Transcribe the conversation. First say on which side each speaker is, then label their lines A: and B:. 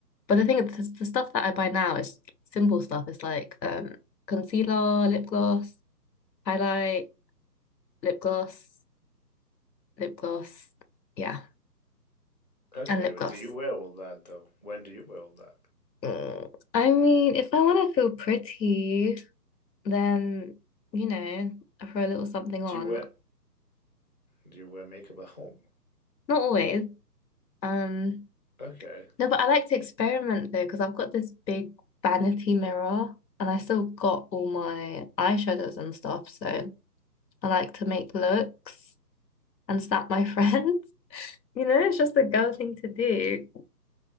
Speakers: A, on the left; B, on the left.
A: But the thing is, the, the stuff that I buy now is simple stuff. It's like um concealer, lip gloss, highlight, lip gloss, lip gloss, yeah,
B: Okay,
A: and lip
B: but
A: gloss.
B: do you wear all that though? When do you wear all that?
A: Mm, I mean, if I want to feel pretty, then you know, I throw a little something on.
B: Do you wear do you wear makeup at home?
A: Not always. Um,
B: Okay.
A: no, but I like to experiment though, because I've got this big vanity mirror and I still got all my eyeshadows and stuff. So I like to make looks and snap my <laughs> friends. You know, it's just a girl thing to do.